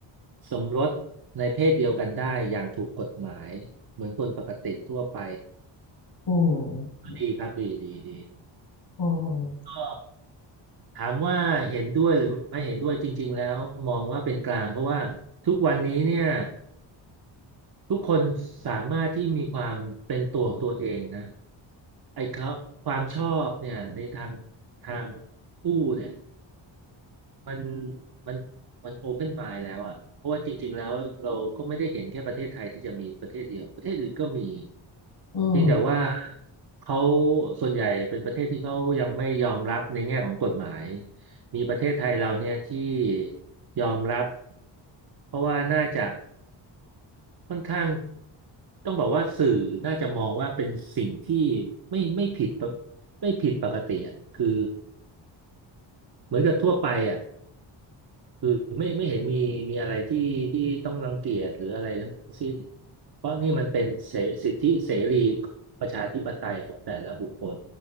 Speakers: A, on the right (about 50°); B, on the left (about 55°).
A: สมรสในเพศเดียวกันได้อย่างถูกกฎหมายเหมือนคนปกติทั่วไป
B: อื
A: ก็ดีครับดีดีดี
B: มอืม
A: ก็ ถามว่าเห็นด้วยหรือไม่เห็นด้วยจริงๆแล้วมองว่าเป็นกลางเพราะว่าทุกวันนี้เนี่ยทุกคนสามารถที่มีความเป็นตัวของตัวเองนะไอ้เขาความชอบเนี่ยในทางทางคู่เนี่ยมันมันมันโอเพนมายแล้วอ่ะเพราะว่าจริงๆแล้วเราก็ไม่ได้เห็นแค่ประเทศไทยที่จะมีประเทศเดียวประเทศอื่นก็มี
B: อืม
A: เพียงแต่ว่าเขาส่วนใหญ่เป็นประเทศที่เขายังไม่ยอมรับในแง่ของกฎหมายมีประเทศไทยเราเนี่ยที่ยอมรับเพราะว่าน่าจะค่อนข้างต้องบอกว่าสื่อน่าจะมองว่าเป็นสิ่งที่ไม่ไม่ผิดปกไม่ผิดปกติอะคือเหมือนกับทั่วไปอ่ะ คือไม่ไม่เห็นมีมีอะไรที่ที่ต้องรังเกียจหรืออะไรทั้งสิ้นเพราะนี่มันเป็นเสสิทธิเสรีประชาธิปไตยของแต่ละบุคคล